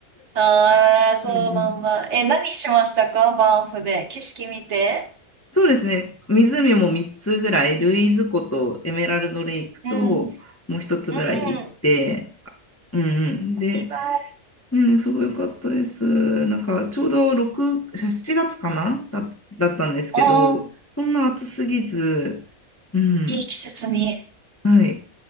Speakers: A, on the right; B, on the left.
A: あー、そうなんだ。
B: うん。うんうん、
A: え、何しましたかバンフで。景色見て。
B: そうですね。湖も3つぐらい、ルイーズ湖とエメラルドレイクと、
A: うん、うん、
B: もう一つぐらい行って、
A: うん、
B: うんうん。で、
A: いいな。
B: うん、すごい良かったです。なんかちょうど6、7月かなだ、だったんですけど、
A: うん、
B: そんな暑すぎず、うん。
A: いい季節に。
B: はい。